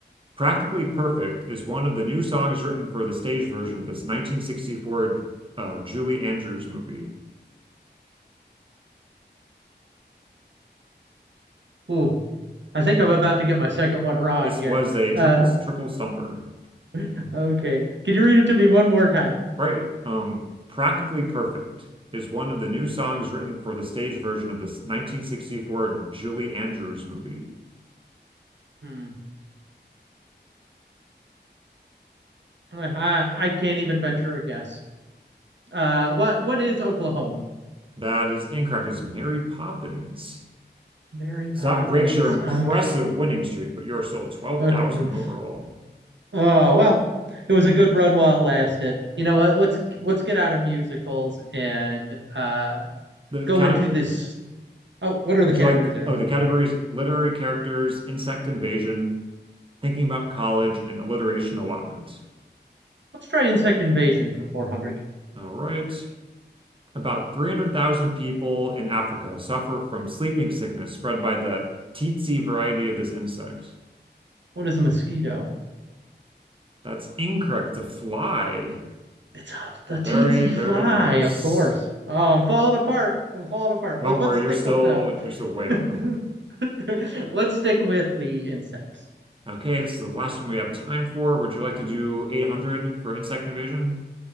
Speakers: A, on the right; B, on the right.
A: Practically Perfect is one of the new songs written for the stage version of this 1964 uh, Julie Andrews movie.
B: Ooh, I think I'm about to get my second one wrong
A: This
B: here.
A: was a triple
B: Uh,
A: triple stumper.
B: <laughs> okay, can you read it to me one more time?
A: Right. Um, Practically Perfect is one of the new songs written for the stage version of this 1964 Julie Andrews movie.
B: Hmm. I, I can't even venture a guess. Uh, what what is Oklahoma?
A: That is incorrect. It's Mary Poppins.
B: Mary Poppins.
A: So that breaks your impressive
B: Okay.
A: winning streak, but you are still at 12,000
B: <laughs>
A: overall.
B: Oh well, it was a good run while it lasted. You know what? Let's let's get out of musicals and uh
A: The
B: go
A: category,
B: into this. Oh, what are the
A: would
B: categories
A: you like, the,
B: that are
A: oh,
B: left
A: the categories
B: here?
A: literary characters, insect invasion, thinking about college, and alliteration allotment.
B: Let's try insect invasion for 400.
A: All right. About 300,000 people in Africa suffer from sleeping sickness spread by the tsetse variety of this insect.
B: What is a mosquito?
A: That's incorrect. It's a fly.
B: It's a, the tsetse
A: Very, very
B: fly,
A: close.
B: of course. Oh, I'm falling apart. I'm falling apart.
A: Don't
B: Let, let's
A: worry,
B: stick
A: you're still
B: with the
A: you're still way
B: <laughs>
A: up.
B: let's stick with the insects.
A: Okay, this is the last one we have time for. Would you like to do 800 for insect invasion?